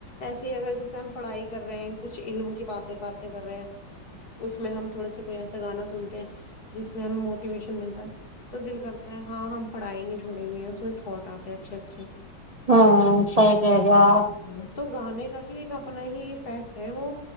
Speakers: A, on the left; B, on the right.
A: ایسے ہی اگر جیسے ہم پڑھائی کر رہے ہیں کچھ علم کی باتیں باتیں کر رہے ہیں اس میں ہم تھوڑے سے کوئی ایسا گانا سنتے ہیں جس میں ہمیں موٹیویشن ملتا ہے تو دل کرتا ہے ہاں ہم پڑھائے نہیں جڑیں گے اس میں تھٹ آتے اچھے اچھے
B: ہاں صحیح کہہ رہے ہو اپ
A: ہاں تو گانے کا بھی ایک اپنا ہی افیکٹ ہے وہ